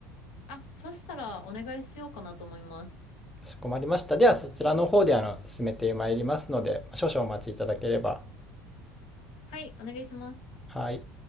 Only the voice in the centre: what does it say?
かしこまりました。では、そちらの方で、あの、進めてまいりますので、少々お待ちいただければ。
はい。